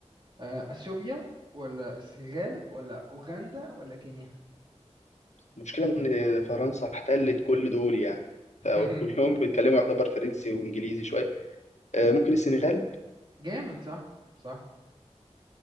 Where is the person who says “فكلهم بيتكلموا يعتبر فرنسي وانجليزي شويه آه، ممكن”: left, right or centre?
Left